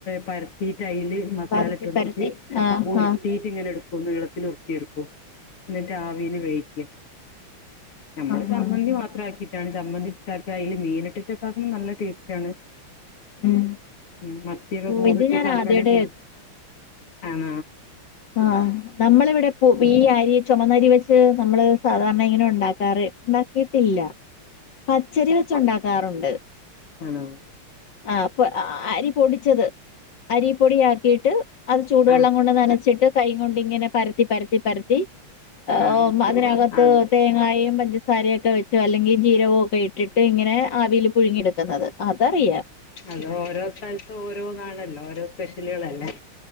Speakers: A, on the left; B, on the left.
A: പരത്തി സ്റ്റൈല് മസാല
B: പരത്തി
A: ഇട്ട കൊടുത്തിട്ട്
B: പരത്തി ആഹ്
A: ഒരുട്ടീ
B: ആഹ്
A: ട്ട് ങ്ങനെ എടു ക നീളത്തിൽ ഉരുട്ടിടുക്കൂ എന്നിട്ട് ആവിൽ വേയിക നമ്മള്
B: ആഹ്
A: സംമ്മന്തി
B: ആഹ്
A: മാത്ര ആക്കിട്ട ചമ്മന്തി ട്ട് അക്ക അതില് മീൻ ഇട്ടിട്ടക്കും നല്ല ടേസ്റ്റ് ആണ്
B: ഉം
A: ഉം മത്തിയൊക്കെ
B: ഓഹ് ഇത്
A: ഇട്ട്
B: ഞാൻ
A: ചാപ്പണ
B: ആദ്യായിട്ട്
A: കൂ ആണ
B: ആ നമ്മളിവിടെ പു ഈ ആരിയ ചുമന്നരി വെച്ച് നമ്മള് സാധാരണ ഇങ്ങനെ ഉണ്ടാക്കാറ് ഉണ്ടാക്കിട്ടില്ല പച്ചരി വെച്ച ഉണ്ടാക്കാറുണ്ട്
A: ആണ
B: ആപ്പ അരി പൊടിച്ചത് അരി പൊടി ആക്കിട്ട് അത് ചൂടുവെള്ളം
A: ആഹ്
B: കൊണ്ട് നനച്ചിട്ട് കൈ കൊണ്ട് ഇങ്ങനെ പരത്തി പരത്തി പരത്തി
A: ആഹ്
B: ഒ അതിനകത്ത്
A: അത്
B: തേങ്ങായും പഞ്ച സാരയൊക്കെ വെച്ചോ അല്ലെങ്കിൽ ജീരകോ ഒക്കെ ഇട്ടിട്ട് ഇങ്ങനെ ആവിൽ പുഴുങ്ങിയെടുക്കുന്നത് അതറിയാം
A: അത ഓരോ സ്ഥലത്ത ഓരോ നാളല്ലോ ഓരോ സ്പെഷ്യലുകളൾല്ലേ